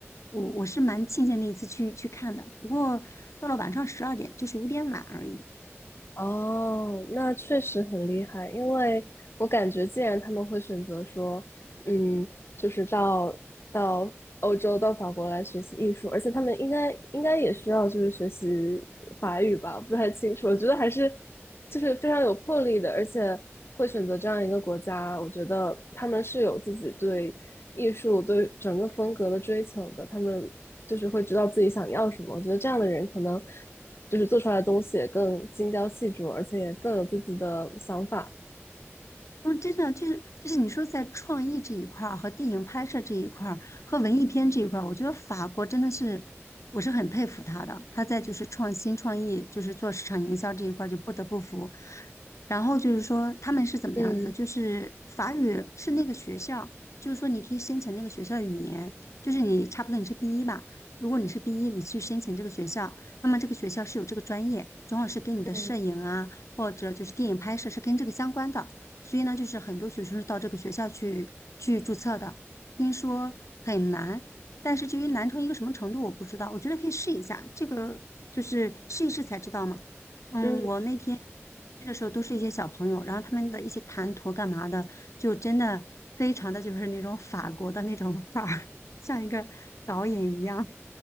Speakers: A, on the left (about 80°); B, on the left (about 55°).
A: 我我是蛮庆幸那一次去去看的，不过到了晚上十二点，就是有点晚而已。
B: 哦，那确实很厉害，因为我感觉，既然他们会选择说，嗯，就是到到欧洲、到法国来学习艺术，而且他们应该应该也需要就是学习法语吧，不太清楚。我觉得还是就是非常有魄力的，而且会选择这样一个国家，我觉得他们是有自己对艺术对整个风格的追求的，他们就是会知道自己想要什么。我觉得这样的人可能就是做出来的东西也更精雕细琢，而且也更有自己的想法。
A: 嗯，真的就是就是你说在创意这一块儿和电影拍摄这一块儿和文艺片这一块儿，我觉得法国真的是我是很佩服他的。他在就是创新创意，就是做市场营销这一块儿就不得不服。然后就是说他们是怎么样子，
B: 嗯
A: 就是法语是那个学校，就是说你可以申请那个学校的语言，就是你差不多你是 b 一吧，如果你是 b 一，你去申请这个学校，那么这个学校是有这个专业，正好是跟你的摄影啊或者就是电影拍摄是跟这个相关的。
B: 嗯
A: 所以呢，就是很多学生是到这个学校去去注册的。听说很难，但是至于难成一个什么程度，我不知道。我觉得可以试一下，这个就是试一试才知道嘛。嗯，
B: 嗯，
A: 我那天去的时候都是一些小朋友，然后他们的一些谈吐干嘛的，就真的非常的就是那种法国的那种 <laughs> 范儿，像一个导演一样。